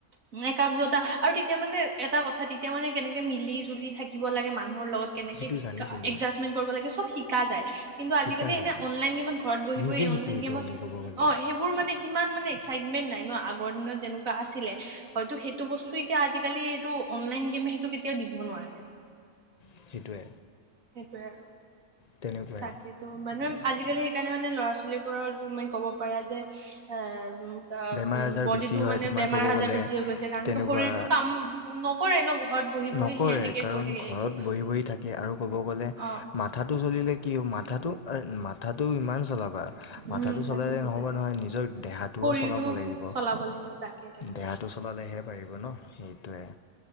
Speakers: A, on the right; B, on the left.
A: উম, একাগ্ৰতা আৰু তেতিয়া মানে এটা কথা তেতিয়া মানে কেনেকে মিলি জুলি থাকিব লাগে মানুহৰ লগত কেনেকে
B: সেইটো জানিছিলোঁ
A: এডজাষ্টমেন্ট কৰিব লাগে শিকা যায়। কিন্তু আজিকালি
B: শিকা যায়
A: এনে অনলাইন গে'মত ঘৰত বহি
B: নিজে
A: বহি
B: শিকোঁ
A: অনলাইন
B: সেইটো
A: গেমত
B: আমি ক'ব গ'লে
A: অহ সেই বোৰ মানে সিমান মানে এক্সাইটমেন্ট নাই ন, আগৰ দিনত যেনেকুৱা আছিলে। হয়টো সেইটো বস্তু এতিয়া আজিকালি এইটো অনলাইন গে'মে সেইটো কেতিয়াও দিব নোৱাৰে।
B: সেইটোৱে।
A: সেইটোৱে আৰু
B: তেনেকুৱাই
A: তাকে। ত' মানুহে আজিকালি সেইকাৰণে মানে ল'ৰা ছোৱালীবোৰৰ মানে ক'ব পাৰা যে আহ আহ‌
B: বেমাৰ
A: উম
B: আজাৰ
A: বডি
B: বেছি
A: টো
B: হয়
A: মানে
B: তোমাৰ
A: বেমাৰ
B: ক'ব
A: আজাৰ
B: গ'লে
A: বেছি হৈ গৈছে। কাৰণ
B: তেনেকুৱা
A: কি শৰীৰটো কাম উম নকৰে ন। ঘৰত বহি বহি
B: নকৰে।
A: সেই এনেকে
B: কাৰণ
A: কৈ থাকে
B: ঘৰত
A: একো
B: বহি বহি থাকি আৰু কব' গ'লে
A: অ
B: মা থাটো চলিলে কি হ'ব, মাথাটো মাথাটো ইমান চলাবা
A: উম
B: মাথাটো
A: তাকেতো
B: চলালে নহ'ব
A: তাকে
B: নহয় নিজৰ দেহাটোও
A: শৰীৰটো
B: চলাব লাগিব।
A: চলাব লাগিব তাকে তাকে
B: দেহাটো চলালেহে পাৰিব ন সেইটোৱে।